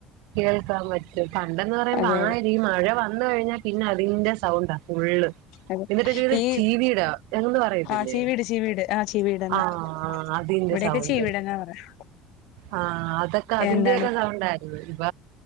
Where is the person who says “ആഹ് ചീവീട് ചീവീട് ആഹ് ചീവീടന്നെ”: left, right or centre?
Left